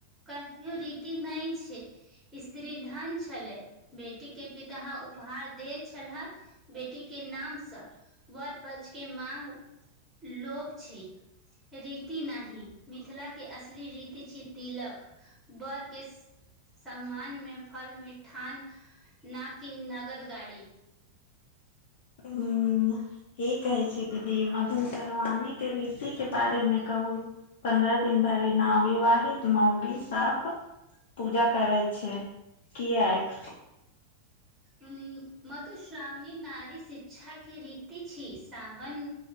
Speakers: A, on the right; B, on the left.
A: कहियो रीति नहि छै स्त्री धन छलै बेटी के पिता उपहार दे छलहे बेटी के नामसँ वर पच के माग लोभ छी रीति नही मिथिला के असली रीति छी तिलक बड़ के सम्मान मे फल मिीठान न किी नगद गाारी
B: ह की कहै छी दीदी मधु श्रवणी के रीति के बारे मे कहू पन्द्रह तीन धारी नवीवाहित नवी साफ पूजा करै छ किएक
A: उ मधुश्रावणी नारी शिक्षा के रीति छी सावन